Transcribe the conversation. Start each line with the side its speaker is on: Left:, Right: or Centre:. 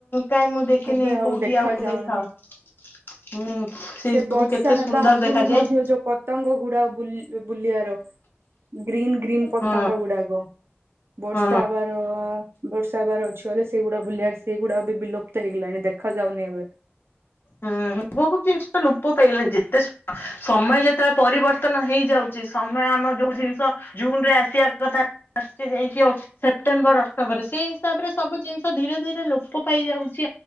Left: କାହିଁ ମୁଁ ଦେଖିନି
Right: ଏବେ
Left: କୋଉଠି
Right: ଦେଖା
Left: ଆଉ
Right: ଯାଉନି।
Left: ଦେଖାଅ ହୁଁ ସେଇ
Right: ସେ
Left: ସବୁ
Right: ବର୍ଷା
Left: କେତେ
Right: ହେବା
Left: ସୁନ୍ଦର
Right: ଆଗରୁ
Left: ଦେଖାଯାଏ।
Right: ମଧ୍ୟ ଯୋଉ ପତଙ୍ଗ ଗୁଡା ବୁଲିବାର ଗ୍ରୀନ ଗ୍ରୀନ୍ ପତଙ୍ଗ
Left: ହଁ
Right: ଗୁଡାକ। ବର୍ଷା
Left: ହଁ
Right: ହେବାର ବର୍ଷା ହେବାର ଅଛି ଗଲେ ସେଇଗୁଡା ବୁଲିବା ସେଇଗୁଡାକ ବି ବିଲ ହେଇଗଲାଣି ଦେଖାଯାଉନି ଏବେ।
Left: ହୁଁ ପୁଅକୁ କିଏ ସେଟା ଲୁପ ପାଇଗଲା ଯେତେ ସବ୍ ସମୟ ଯେତେବେଳେ ପରିବର୍ତ୍ତନ ହେଇଯାଉଛି ସମୟ ଆମ ଯୋଉ ଜିନିଷ ଜୁନ ରେ ଆସିବା କଥା ଆସି ଯାଇକି ଅ ସେପ୍ଟେମ୍ବର ବରେ ସେଇ ହିସାବ ରେ ସବୁ ଜିନିଷ ଧୀରେ ଧୀରେ ଲୋପ ପାଇଯାଉଛି